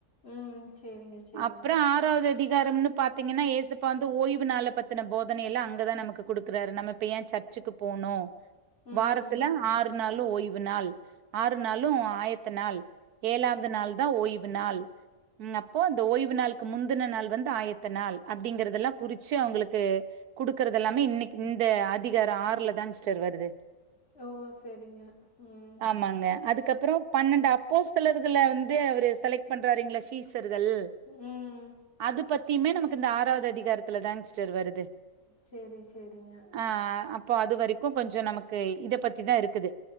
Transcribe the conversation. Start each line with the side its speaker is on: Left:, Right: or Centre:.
Left: ம். சரிங்க, சரிங்க.
Right: அப்றோ ஆ <unintelligible> வது அதிகாரம்னு பாத்திங்கன்னா ஏசப்பா வந்து ஓய்வு நாள பத்தன போதனை எல்லா அங்கதா நமக்கு குடுக்குறாரு நம்ம இப்ப ஏ சச் ச்க்கு போனு
Left: ம்.
Right: வாரத்துல ஆறு நாளு ஓய்வ் நாள் ஆறு நாளு ஆயத்த நாள் ஏழாவது நாள் தா ஓய்வு நாள் ம் அப்போ அந்த ஓய்வு நாள்க்கு முந்தின நாள் வந்து ஆயத்த நாள் அப்டிங்கறதெல்லா குறிச்சு அவுங்களுக்கு குடுக்கறதல்லாமே இன்னைக் இந்த அதிகாரோ ஆறுல தா சிஸ்டர் வருது
Left: ஓ செரிங்க ம்
Right: ஆமாங்க அதுக்கப்பறோ பன்னெண்டு அப்போஸ்தலர்கள வந்து அவரு செலக்ட் பண்றாருங்க்ளே சீசர்கள்
Left: ம்
Right: அது பத்தியுமே நமக்கு இந்த ஆறாவது அதிகாரத்துல தாங் சிஸ்டர் வருது
Left: சேரி சேரிங்க
Right: ஆ அப்போ அது வரைக்கு கொஞ்சோ நமக்கு இத பத்திதா இருக்குது